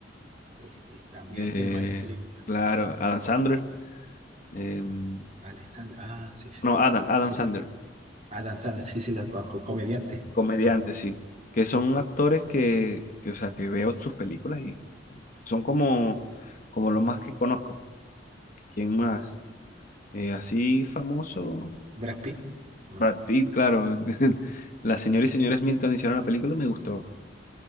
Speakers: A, on the right; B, on the left.
A: Pues, eh, También
B: eh,
A: tiene varias películas.
B: claro. Adam Sandler. em,
A: Alexander, ah, sí, sí,
B: no, Adam, Adam
A: sí,
B: Sandler.
A: sí. Adam Sandler, sí, sí, la conozco, comediante.
B: Comediante,
A: Mm.
B: sí. Que son actores que, que, o sea, que veo sus películas y son como, como lo más que conozco. ¿Quién más? Eh, así famoso.
A: Eh, Brad Pitt, ¿o no?
B: Brad Pitt, claro. <laughs> La señora y señora Smith cuando hicieron la película me gustó.